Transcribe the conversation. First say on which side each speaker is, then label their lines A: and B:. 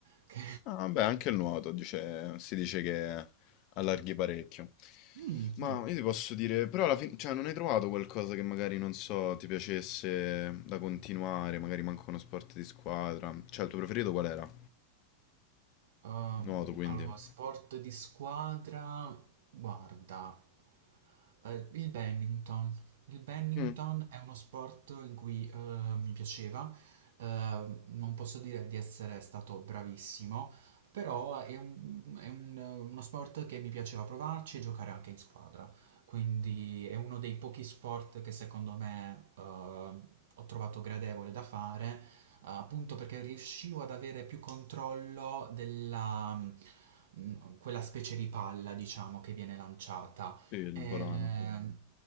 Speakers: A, on the right; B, on the left.
A: che
B: Ah, beh, anche il nuoto dice- si dice che allarghi parecchio.
A: <laughs> Mh,
B: Ma
A: mh.
B: io ti posso dire, però alla fine, cioè, non hai trovato qualcosa che magari, non so, ti piacesse da continuare, magari manco uno sport di squadra. Cioè, il tuo preferito qual era?
A: Ehm,
B: Nuoto, quindi.
A: allora, sport di squadra, guarda, eh, il badminton. Il badminton
B: Mm.
A: è uno sport in cui eh, mi piaceva, eh, non posso dire di essere stato bravissimo, però è un- è un- uno sport che mi piaceva provarci e giocare anche in squadra. Quindi è uno dei pochi sport che secondo me eh, ho trovato gradevole da fare, eh, appunto perché riuscivo ad avere più controllo della mh, quella specie di palla, diciamo, che viene lanciata.
B: Sì, il
A: E,
B: volano.
A: ehm,